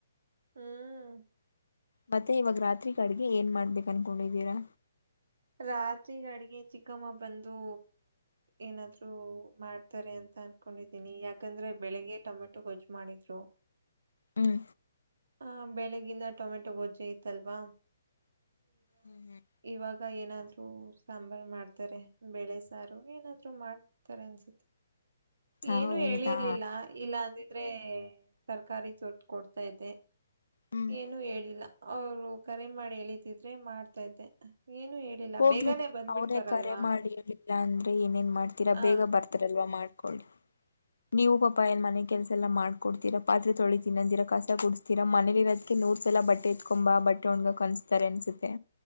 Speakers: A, on the right; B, on the left.
A: ಹ್ಮ್
B: ಮತ್ತೆ ಇವಾಗ ರಾತ್ರಿಗಡ್ಗೆ ಏನ್ ಮಾಡ್ಬೇ ಕನ್ಕೊಂಡಿದಿರಾ
A: ರಾತ್ರಿಗಡ್ಗೆ ಚಿಕ್ಕಮ್ಮ ಬಂದು ಏನಾದ್ರು ಮಾಡ್ತಾರೆ ಅಂತ ಅನ್ಕೊಂಡಿದ್ದೀನಿ ಯಾಕಂದ್ರೆ ಬೆಳಿಗ್ಗೆ ಟೊಮೆಟೊ ಗೊಜ್ಜು ಮಾಡಿದ್ರು.
B: ಹ್ಮ್
A: ಹ ಬೆಳಿಗಿಂದ ಟೊಮೆಟೊ ಗೊಜ್ಜೆ ಇತ್ತಲ್ವಾ.
B: ಹ್ಮ್ ಹ್ಮ್
A: ಇವ ಗ ಏನಾದ್ರು ಸಾಂಬಾರು ಮಾಡ್ತಾರೆ ಬೆೇಳೆ ಸಾರು ಏನಾದ್ರು ಮಾಡ್ತಾರೆ ಅನ್ಸುತ್ತೆ
B: ಹೌದಾ
A: ಏನು ಹೇಳಿರ್ಲಿಲ್ಲ ಇಲ್ಲಂದ್ ದ್ರೆ ತರ್ಕಾರಿ ತೋಟ್ಟ್ ಕೊಡ್ತಾ ಇದೆ.
B: ಹ್ಮ್
A: ಏನುೂ ಹೇಳಿಲ್ಲ. ಅವ್ರು ಕರೆ ಮಾಡಿ ಹೇಳಿದಿದ್ರೆ ಮಾಡ್ತಾ ಇದ್ದೆ. ಏನು ಹೇಳಿಲ್ಲ
B: ಹೋಗ್ಲಿ
A: ಬೇಗನೆ
B: ಬಿಟ್ಟ್
A: ಬಂದ್ಬಿಡ್ತಾರಲ್ವಾ
B: ಅವ್ರೇ ಕರೆ ಮಾಡಿರ್ಲಿಲ್ಲ ಅಂದ್ರೆ ಏನೇನ್ ಮಾಡ್ತೀರಾ
A: ಹ
B: ಬೇಗ ಬರ್ತಾರಲ್ವಾ ಮಾಡ್ ಕೋಳ್ಡ್ ನೀವು ಪಾಪಾ ಎನ್ಮನೆ ಕೆಲ್ಸ ಎಲ್ಲ ಮಾಡ್ ಕೊತ್ತಿರಾ ಪಾತ್ರೆ ತೊಳಿತಿನಂದಿರ ಕಸ ಗುಡ್ಸ್ತೀರಾ ಮನಲಿರೋದ್ಕ್ಕೆ ನೂರ್ ಸಲ ಬಟ್ಟೆ ಎತ್ಕೊಂಬ ಬಟ್ಟೆ ಒಣ್ಗ ಕನ್ಸ್ತಾರೆ ಅನ್ಸುತ್ತೆ.